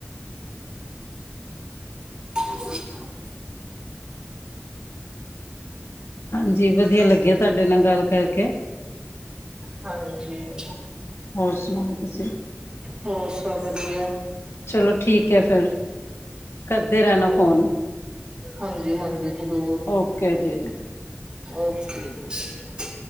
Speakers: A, on the right; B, on the left.
A: <inaudible>
B: ਹਾਂਜੀ ਵਧੀਆ ਲਗਿਆ ਤੁਹਾਡੇ ਨਾਲ ਗੱਲ ਕਰਕੇ
A: ਹਾਂਜੀ
B: ਹੋਰ ਸੁਣਾਓ ਤੁਸੀਂ
A: ਹੋਰ ਸਭ ਵਧੀਆ ਐ।
B: ਚਲੋ ਠੀਕ ਐ ਫਿਰ ਕਰਦੇ ਰਹਿਣਾ
A: ਹਾਂ
B: ਫੋਨ
A: ਹਾਂਜੀ-ਹਾਂਜੀ ਜ਼ਰੂਰ
B: ਓਕੇ ਜੀ
A: ਓਕੇ ਜੀ।